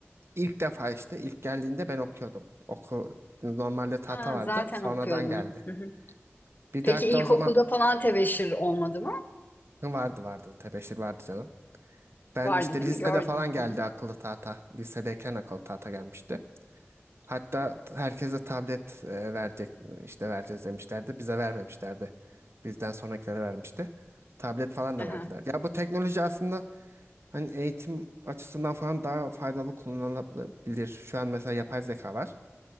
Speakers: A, on the right; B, on the left.
A: ilk defa işte ilk geldiğinde ben okuyordum. Oku, normalde tahta
B: Ha,
A: vardı.
B: zaten
A: Sonradan
B: okuyordun.
A: geldi.
B: Hı hı.
A: Bir
B: Peki
A: de hatta
B: ilkokulda
A: o zaman
B: falan tebeşir olmadı mı?
A: vardı vardı. Tebeşir vardı canım. Ben
B: Vardı
A: işte
B: değil
A: lisede
B: mi? Gördüm.
A: falan geldi
B: Hı hı.
A: akıllı tahta. Lisedeyken akıllı tahta gelmişti. Hatta t- herkese tablet e, verecek işte vereceğiz demişlerdi. Bize vermemişlerdi. Bizden sonrakilere vermişti. Tablet falan
B: Aha.
A: da verdiler. Ya bu teknoloji aslında hani eğitim açısından falan daha faydalı kullanılabilir. Şu an mesela yapay zeka var.